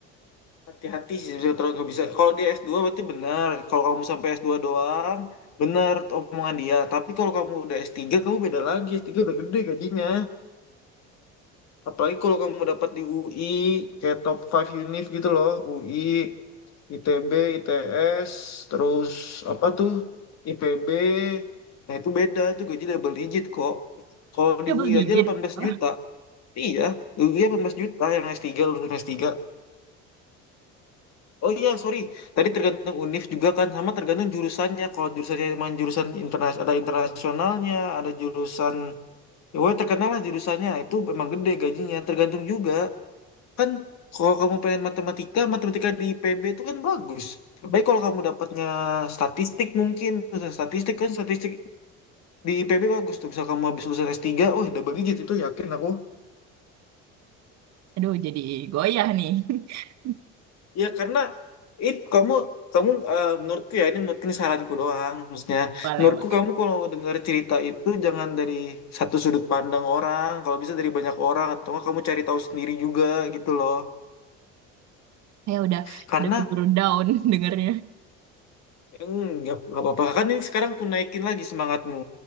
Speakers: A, on the left (about 55°); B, on the right (about 55°).
A: Hati-hati sih sebenarnya kalau nggak bisa. Kalau dia s dua berarti benar. Kalau kamu sampai s dua doang, benar omongan dia. Tapi kalau kamu udah s tiga, kamu beda lagi. s tiga udah gede gajinya. Apalagi kalau kamu dapat di UI, kayak top five univ gitu loh. UI, ITB, ITS, terus apa tuh? IPB. Nah itu beda, itu gaji double digit kok. Kalau
B: Double
A: di UI
B: digit.
A: aja delapan belas
B: Wah,
A: juta. Iya, UI belas juta yang s tiga, lulusan s tiga. Oh iya, sorry. Tadi tergantung univ juga kan, sama tergantung jurusannya. Kalau jurusannya emang jurusan internas ada internasionalnya, ada jurusan, ya woy, terkenal lah jurusannya. Itu memang gede gajinya. Tergantung juga kan. Kalau kamu pengen matematika, matematika di IPB itu kan bagus. Baik kalau kamu dapatnya statistik mungkin, lulusan statistik kan statistik di IPB bagus tuh. Misal kamu habis lulusan S3, oh double digit itu yakin aku.
B: Aduh jadi goyah nih. <laughs>
A: Ya karena it kamu kamu eh, menurutku ya ini menurutku ini saranku doang maksudnya
B: Boleh,
A: menurutku
B: boleh.
A: kamu kalau dengar cerita itu jangan dari satu sudut pandang orang kalau bisa dari banyak orang atau enggak kamu cari tahu sendiri juga gitu loh
B: Saya udah
A: karena
B: udah keburu down <laughs> dengernya.
A: hmm, nggak nggak apa-apa kan ini sekarang ku naikin lagi semangatmu